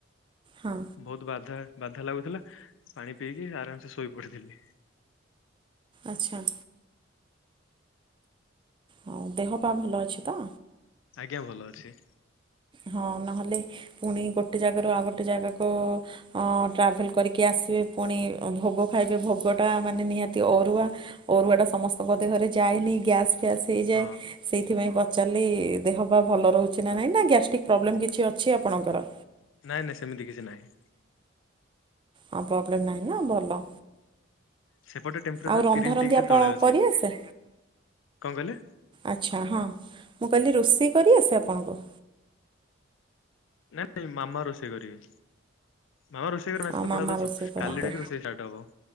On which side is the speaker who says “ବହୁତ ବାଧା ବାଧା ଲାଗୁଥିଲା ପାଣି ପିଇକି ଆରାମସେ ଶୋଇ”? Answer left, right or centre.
Left